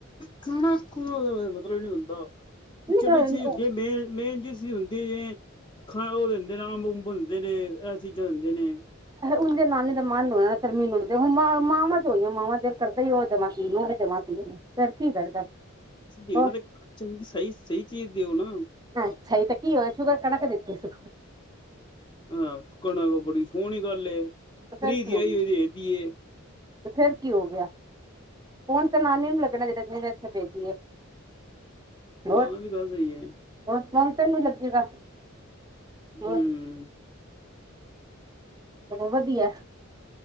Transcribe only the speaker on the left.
ਖਾਣਾ ਕੁੂਹ ਦਾ ਮਤਲਬ ਨੀ ਹੁੰਦਾ
ਜਿਹੜੀ ਚੀਜ਼ ਹੁੰਦੀ ਹੈ ਮੇਨ ਮੇਨ ਚੀਜ਼। ਦੀ ਜਿਵੇਂ ਹੁੰਦੇ ਨੇ ਖਾਣ ਨੂੰ ਉਹ ਦਿੰਦੇ ਨੇ ਅੰਬ ਔਬ ਦਿੰਦੇ ਨੇ ਇਹ ਚੀਜ਼ਾਂ ਦਿੰਦੇ ਨੇ।
ਦੇਣਾ
ਤੇ ਚੰਗੀ ਸਹੀ ਸਹੀ ਚੀਜ਼ ਦਿਓ ਨਾ।
ਹਾਂ ਸੁੱਕਣ ਕੋ ਬੜੀ ਸੋਹਣੀ ਗੱਲ ਏ ਫਰੀ
ਦੀ
ਆਈ ਹੋਈ ਦੇ ਤੀ ਏ।
ਹਾਂ ਵੀ ਗੱਲ ਸਹੀ ਹੈ।
ਹਮ।